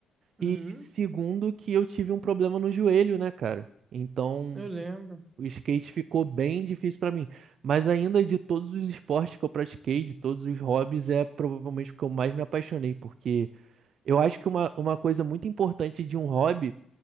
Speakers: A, on the right (about 30°); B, on the right (about 65°).
A: Uhum,
B: E segundo que eu tive um problema no joelho, né, cara? Então,
A: eu lembro.
B: o skate ficou bem difícil pra mim, mas ainda de todos os esportes que eu pratiquei, de todos os hobbies, é provavelmente o que eu mais me apaixonei, porque eu acho que uma, uma coisa muito importante de um hobby